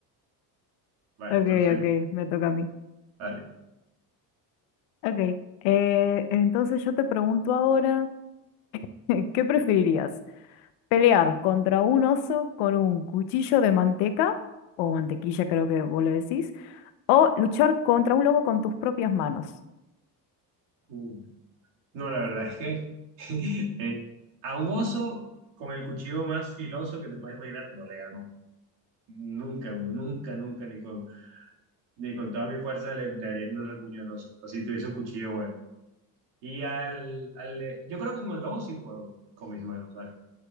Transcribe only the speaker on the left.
Ok,
ok, me toca a mí.
Ok, eh, entonces yo te pregunto ahora, <laughs> ¿qué preferirías? ¿Pelear contra un oso con un cuchillo de manteca, o mantequilla creo que vos le decís, o luchar contra un lobo con tus propias manos?